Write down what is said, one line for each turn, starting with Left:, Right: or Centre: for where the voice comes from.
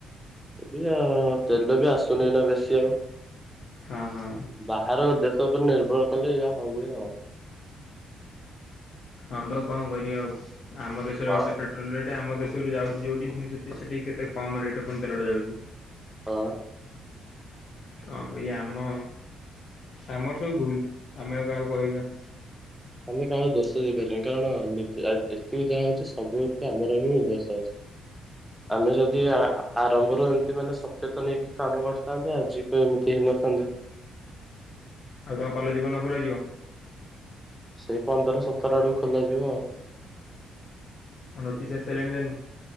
Centre: ଏ ଆଉ ତେଲ ବି ଆସୁନି ନା ବେଶୀ ଆଉ
Left: ହଁ ହଁ।
Centre: ବାହାର ଦେଶ ଉପରେ ନିର୍ଭର କଲେ ଏୟା ହଉଏ ଆଉ
Left: ହଁ ବା କଣ କରିବା ଆଉ ଆମ ଦେଶରେ
Centre: ହଁ।
Left: ଗୋଟେ ପେ ପେଟ୍ରୋଲ ରେଟ୍ ଆମ ଦେଶରୁ ଯାଉଛି ଯଉଠି ପୁଣି ସେଠି କେତେ କମ ରେଟ୍ ପୁଣି ତେଲଟା ଯାଉଛି।
Centre: ହଁ।
Left: କଣ କରିବା ଆମ ସାମର୍ଥକୁ ଭୁଲୁ ଆମେ ଆଉ କାହାକୁ କହିବା।
Centre: ଆମେ କାହାର ଦୋଷ ଦେଇପାରିବାନି କାରଣ ଯେତିକି ଯାହା ହଉଛି ସବୁରିକ ଆମର ହିଁ ଦୋଷ ହଉଛି। ଆମେ ଯଦି ଆରମ୍ଭରୁ ଏମତି ମାନେ ସଚେତନ ହେଇକି କାମ କରିଥାନ୍ତେ ଆଜିିକ ଏମିତି ହେଇନଥାନ୍ତେ।
Left: ଆଉ ତମ କଲେଜ କୋଉଦିନ ଖୋଲାଯିବ।
Centre: ସେଇ ପନ୍ଦର ସତର ଆଡକୁ ଖୋଲାଯିବ ଆଉ
Left: ଆ ନୋଟିସ୍‌ ଆସିଲାଣି ଯାନି।